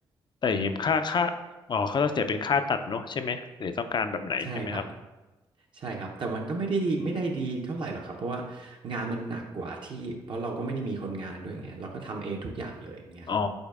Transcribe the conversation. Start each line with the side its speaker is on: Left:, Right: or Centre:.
Left: แต่อย่างนี้ค่าค่าอ๋อเขาจะเสียเป็นค่าตัดเนอะใช่ไหมหรือต้องการแบบไหนใช่ไหมครับ
Right: ใช่ครับ ใช่ครับแต่มันก็ไม่ได้ไม่ได้ดีเท่าไหร่หรอกครับเพราะว่างานมันหนักกว่าที่เพราะเราก็ไม่ได้มีคนงานด้วยไงเราก็ทำเองทุกอย่างเลยอย่างเงี้ยครับ
Left: อ๋อ